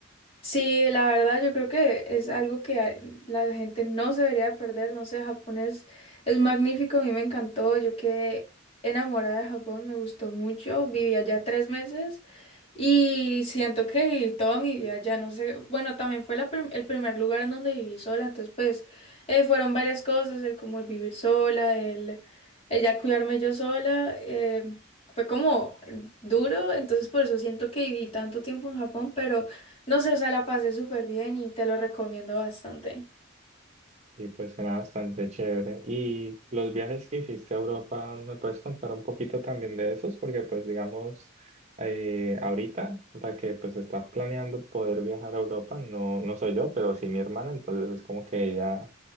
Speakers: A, on the left (about 30°); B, on the right (about 35°).
A: Sí, la verdad yo creo que es algo que a- la gente no se debería perder, no sé, Japón es, es magnífico, a mí me encantó, yo quedé enamorada de Japón, me gustó mucho, viví allá tres meses y siento que viví toda mi vida allá, no sé, bueno, también fue la prim- el primer lugar en donde viví sola, entonces pues eh, fueron varias cosas, el como el vivir sola, el, el ya cuidarme yo sola, eh, fue como duro, entonces por eso siento que viví tanto tiempo en Japón, pero... No sé, o sea, la pasé súper bien y te lo recomiendo bastante.
B: Y pues suena bastante chévere. Y los viajes que hiciste a Europa, ¿me puedes contar un poquito también de esos? Porque pues digamos, eh, ahorita la que pues está planeando poder viajar a Europa, no, no soy yo, pero sí mi hermana, entonces es como que ella